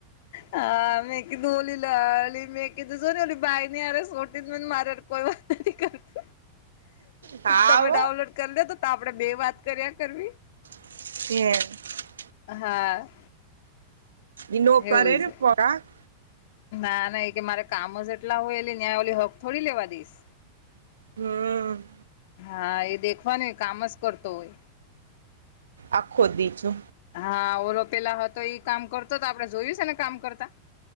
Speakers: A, on the left; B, on the right.
A: હા મેકી ધોલી લલી મેકી ત જોો લી બાઈ અરેસોટી મને માર કોઈ વાત નથી કરતુ
B: હાવ
A: તમે ડાઉનલોડ કરી લે તો તો આપે બે વાત કર્યા કરવી
B: હ
A: હા
B: ઇ ન કરેને
A: એવું છે
B: પડે <unintelligible>
A: ના ના કે મારે કામ જ એટલા હોય એટલે ન્યાય ઓળલી હક થોડી લેવા દઈશ
B: હમ
A: હા એ દેખોનુંય કામ જ કરતો હોય
B: આખોદીજ હો
A: હા ઓલો પેલા હતો એઈ કામ કરતો તો આપડે જોયું છે ને કામ કરતા